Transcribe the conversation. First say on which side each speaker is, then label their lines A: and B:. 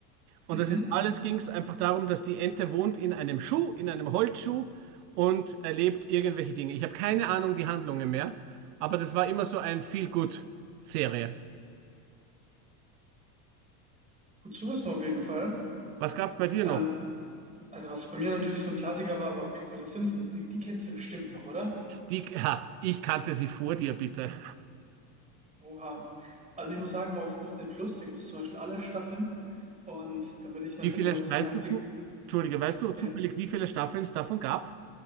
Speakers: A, on the right; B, on the right.
A: Und
B: Mhm.
A: das ist alles ging es einfach darum, dass die Ente wohnt in einem Schuh, in einem Holzschuh und erlebt irgendwelche Dinge. Ich habe keine Ahnung die Handlungen mehr, aber das war immer so ein Feel-Good-Serie.
B: Gut zu wissen auf jeden Fall.
A: Was gab es bei dir
B: Ähm,
A: noch?
B: also was bei mir natürlich so ein Klassiker war, war auf jeden Fall die Simpsons. Die, die kennst du bestimmt noch, oder?
A: Die, ha, ich kannte sie vor dir, bitte.
B: Oha. Also ich muss sagen, auf Disney Plus, da gibt es zum Beispiel alle Staffeln. Und damit ich natürlich
A: Wie viele,
B: auch ein bisschen
A: weißt
B: Einblick,
A: du zu, Entschuldige, weißt du zufällig,
B: ja,
A: wie viele Staffeln es davon gab?